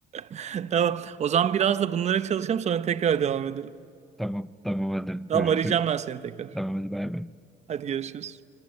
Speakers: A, on the right; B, in the centre.
A: <laughs> Tamam. O zaman biraz da bunlara çalışalım sonra tekrar devam edelim.
B: Tamam, tamam hadi
A: Tamam
B: görüşürüz.
A: arayacağım ben seni tekrar.
B: Tamam hadi bay bay.
A: Hadi görüşürüz.